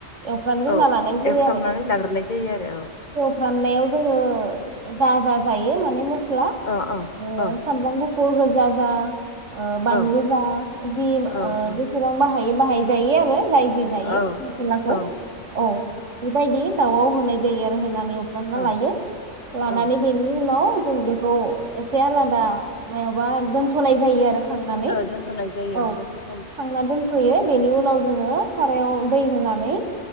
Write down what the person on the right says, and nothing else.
एवफ्रानग्रोना
लानाय जायो
राननायाव जोङो जा जा जायो माने मस स्ला
ओ
सामब्राम गु फुर‌‌ गोजाजा। ओ‌ बानलु
जा जि
ओ
जेसेबां बा बाहाय जायो आरो जाय होजायो
मस्लाखौ
औ बेबायदि। दाउआव होनाय जायो आरो होनानै। फ्रामना
लायो लानानै
बेनि उनाव। जों बेखौ एसे आलादा मा बा दोनथनाय जायो आरो खांनानै
औ
खांना दोनथयो। बेनि उनाव जोङो। सारायाव दै होनानै।